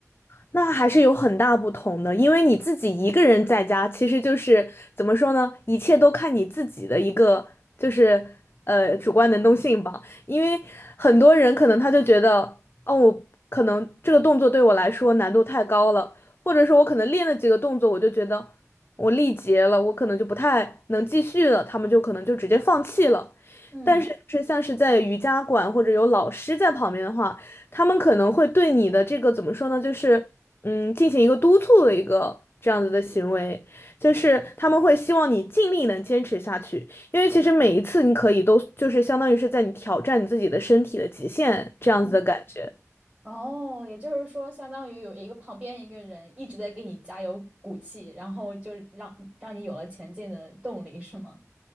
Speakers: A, on the left; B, on the right.
A: 那还是有很大不同的，因为你自己一个人在家，其实就是怎么说呢？一切都看你自己的一个，就是呃主观能动性吧。因为很多人可能他就觉得，哦，我可能这个动作对我来说难度太高了，或者说我可能练了几个动作，我就觉得我力竭了，我可能就不太能继续了，他们就可能就直接放弃了。
B: 嗯。
A: 但是就是像是在瑜伽馆或者有老师在旁边的话。他们可能会对你的这个怎么说呢，就是嗯，进行一个督促的一个这样子的行为，就是他们会希望你尽力能坚持下去，因为其实每一次你可以都就是相当于是在你挑战你自己的身体的极限这样子的感觉。
B: 嗯哦，也就是说，相当于有一个旁边一个人一直在给你加油鼓气，然后就让让你有了前进的动力，是吗？